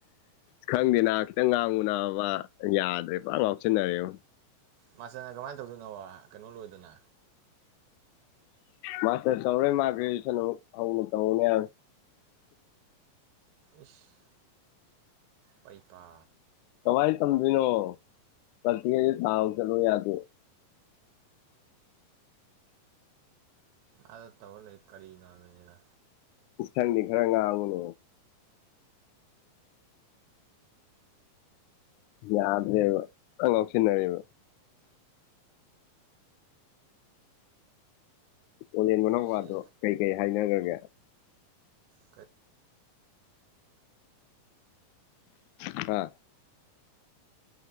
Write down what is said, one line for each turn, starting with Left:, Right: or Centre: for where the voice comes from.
Left: ꯈꯪꯗꯦꯅ ꯈꯤꯇꯪ ꯉꯥꯡꯉꯨ ꯅꯥꯕ ꯌꯥꯗ꯭ꯔꯦ ꯐꯖꯟ ꯉꯥꯎꯁꯤꯟꯅꯔꯦꯑꯣ
Right: ꯃꯥꯁꯇ꯭ꯔꯅ ꯀꯃꯥꯏ ꯇꯧꯗꯣꯏꯅꯣꯕ ꯀꯩꯅꯣ ꯂꯣꯏꯗꯅ
Left: ꯃꯥꯁꯇꯔ ꯇꯧꯔꯣꯏ ꯃꯥ ꯒ꯭ꯔꯦꯖꯨꯌꯦꯁꯟ ꯑꯃꯨꯛ ꯅꯧꯅ ꯇꯧꯅꯤ ꯍꯥꯏꯕꯅꯦ
Right: ꯏꯁ ꯄꯩꯄꯥ
Left: ꯀꯃꯥꯏ ꯇꯝꯗꯣꯏꯅꯣ ꯄꯔꯛꯇꯤꯀꯜꯖꯨ ꯊꯥꯎ ꯆꯠꯂꯣ ꯌꯥꯗꯦ
Right: ꯑꯗꯣ ꯇꯧꯔ ꯂꯩ ꯀꯔꯤꯅꯣ ꯍꯥꯏꯕꯅꯤꯗ
Left: ꯈꯪꯗꯦ ꯈꯔꯥ ꯉꯡꯑꯣꯅꯦ ꯌꯥꯗ꯭ꯔꯦꯕ ꯐꯖꯟ ꯉꯥꯎꯁꯤꯟꯅꯔꯦꯕ ꯑꯣꯂꯦꯟ ꯃꯅꯥꯎꯄꯥꯗꯣ
Right: ꯁꯤ
Left: ꯀꯩ ꯀꯩ ꯍꯥꯏꯅꯈ꯭ꯔꯒꯦ
Right: ꯀꯩ
Left: <unintelligible>